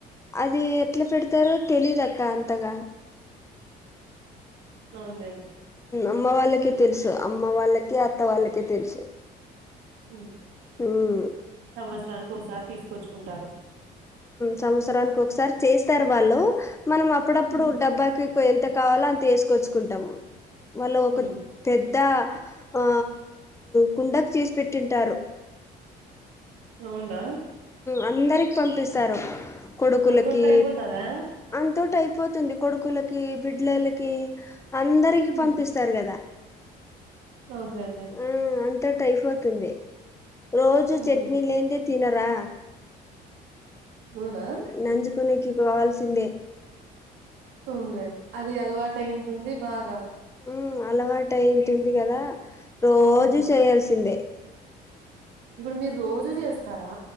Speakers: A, on the left (about 15°); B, on the right (about 85°).
A: అది ఎట్ల పెడతారో తెలీదక్క అంతగ
B: అవునులేండి
A: అమ్మ వాళ్ళకే తెలుసు అమ్మ వాళ్ళకి అత్త వాళ్ళకే తెలుసు
B: హ
A: హు
B: సంవత్సరానికి ఒకసారి తీసుకొచ్చుకుంటారు
A: సంవత్సరానికి ఒకసారి చేస్తారు వాళ్ళు మనం అప్పుడప్పుడు
B: ఉమ్
A: డబ్బకి ఎంత కావాలో అంత వేసుకొచ్చుకుంటాము <unintelligible>
B: ఉమ్
A: పెద్ద ఆ కుండకు చేసి పెట్టింటారు
B: అవునా
A: అందరికి పంపిస్తారు కొడుకులకి
B: అంతొట్టు అయిపోతదా
A: అంతోటి అయిపోతుంది కొడుకులకి బిడ్లలకి అందరికి
B: ఉమ్
A: పంపిస్తారు కదా
B: అవునులేండి
A: ఆ అంతో అయిపోతుంది రోజు
B: ఉమ్
A: చట్నీ లేనిదే తినరా
B: అవునా
A: నంజూకానికి కావాల్సిందే
B: ఊన్లే అది అలవాటు అయింటుంది బాగా
A: ఉ అలవాటుయింటుంది కదా రోజు
B: ఉమ్
A: చేయాల్సిందే
B: ఇప్పుడు మీరు రోజ చేస్తారా